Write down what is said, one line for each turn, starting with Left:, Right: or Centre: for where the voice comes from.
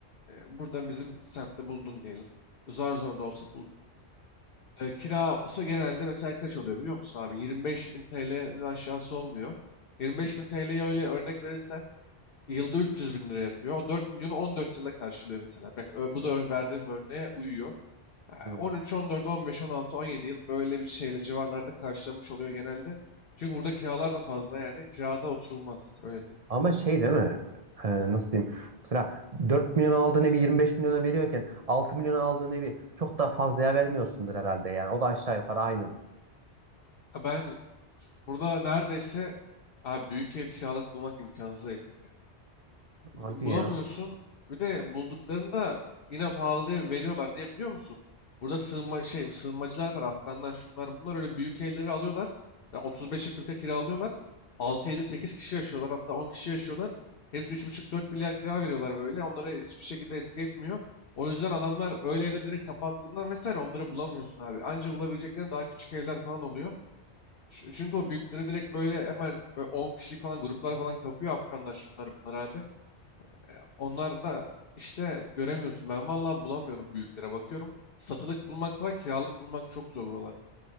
Left: e, buradan bizim semtte buldun diyelim. Zar zor da olsa e, kira olsa genelde mesela kaç oluyor biliyor musun abi? 25 bin TL'den aşağısı olmuyor. 25 bin TL'yi öyle örnek verirsen yılda 300 bin lira yapıyor. O 4 milyonu 14 yılda karşılıyor mesela. Bak, ö- bu da ör- verdiğim örneğe uyuyor. Yani
Right: Hmm.
Left: 13, 14, 15, 16, 17 yıl böyle bir şeyle civarlarda karşılamış oluyor genelde. Çünkü burada kiralar da fazla yani. Kirada oturulmaz öyle diyeyim.
Right: Ama şey değil mi? E, nasıl diyeyim? Mesela 4 milyon aldığın evi 25 milyona veriyorken 6 milyona aldığın evi çok daha fazlaya vermiyorsundur herhalde yani. O da aşağı yukarı aynıdır.
Left: Ben şu- burada neredeyse abi büyük ev kiralık bulmak imkansıza yakın.
Right: Hadi
Left: bulamıyorsun.
Right: ya.
Left: Bir de bulduklarında yine pahalıya veriyorlar. Niye biliyor musun? Burada sığınma şey sığınmacılar var. Afganlar şunlar bunlar öyle büyük evleri alıyorlar. Yani 35'e 40'a kiralıyorlar. 6-7-8 kişi yaşıyorlar. Hatta 10 kişi yaşıyorlar. Hepsi üç buçuk dört milyar kira veriyorlar böyle. Onları hiçbir şekilde etki etmiyor. O yüzden adamlar öyle evleri direkt kapattığından vesaire onları bulamıyorsun abi. Anca bulabileceklerin daha küçük evler falan oluyor. Ç- Çünkü o büyükleri direkt böyle hemen böyle 10 kişilik falan gruplar falan kapıyor Afganlar şunlar bunlar abi. E, Onlar da işte göremiyorsun. Ben vallahi bulamıyorum büyüklere bakıyorum. Satılık bulmak kolay, kiralık bulmak çok zor buralarda.